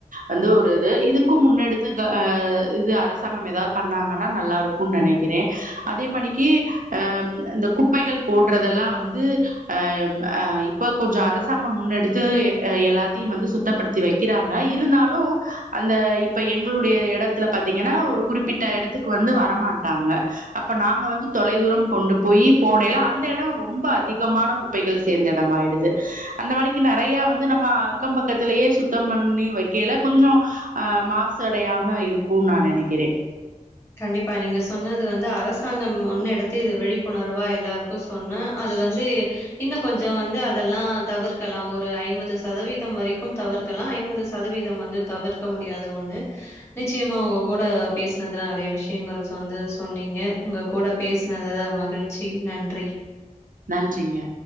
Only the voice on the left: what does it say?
கண்டிப்பா நீங்க சொன்னது வந்து அரசாங்கம் ஒன்னு எ அடுத்து இது விழிப்புணர்வா எல்லாருக்கும் சொன்ன அது வந்து இன்னும் கொஞ்சம் வந்து அதெல்லாம் தவிர்க்கலாம் ஒரு ஐம்பது சதவீதம் வரைக்கும் தவிர்க்கலாம் ஐம்பது சதவீதம் வந்து தவிர்க்க முடியாத ஒண்ணு நிச்சயமாக உங்க கூட பேசினது ல நிறைய விஷயங்கள் வந்து சொன்னீங்க உங்க கூட பேசினதில மகிழ்ச்சி நன்றி